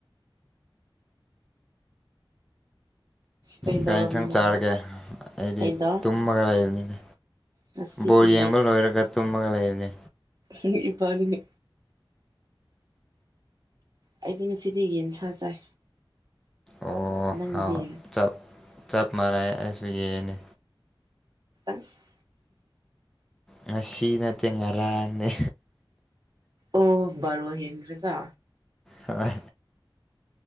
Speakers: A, on the right; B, in the centre.
A: ꯀꯩꯗꯧꯔꯝꯃꯤꯅꯣ
B: ꯀꯩ ꯍꯦꯟꯁꯥꯡ ꯆꯥꯔꯒꯦ ꯑꯩꯗꯤ
A: ꯑꯩꯗꯣ
B: ꯇꯨꯝꯃꯒ ꯂꯩꯕꯅꯤꯅꯦ
A: ꯉꯁꯤꯗꯤ
B: ꯕꯣꯜ ꯌꯦꯡꯕ ꯂꯣꯏꯔꯒ ꯇꯨꯝꯃꯒ ꯂꯩꯕꯅꯦ
A: <inaudible> ꯏꯕꯅꯤ ꯑꯩꯗꯤ ꯉꯁꯤꯗꯤ ꯌꯦꯟꯁꯥ ꯆꯥꯏ
B: ꯑꯣ
A: ꯅꯪꯗꯤ
B: ꯍꯥꯎ ꯆꯞ ꯆꯞ ꯃꯥꯟꯅꯩ ꯑꯩꯁꯨ ꯌꯦꯟꯅꯦ
A: ꯑꯁ
B: ꯉꯁꯤ ꯅꯠꯇꯦ ꯉꯔꯥꯡꯅꯦ
A: ꯑꯣ ꯕꯔꯣ ꯍꯦꯟꯈ꯭ꯔꯒ
B: ꯍꯣꯏ